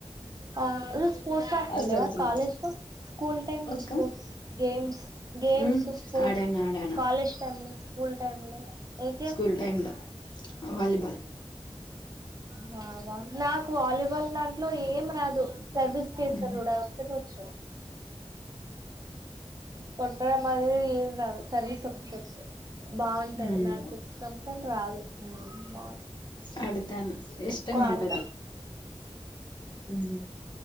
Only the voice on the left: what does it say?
అసలు అసలు
ఒక్క
ఉమ్
ఆడాను ఆడాను
స్కూల్ టైమ్ లో వాలీబాల్
ఉమ్
ఉమ్
ఆడుతాను ఇష్టమ్ అంటది
హ్మ్ అ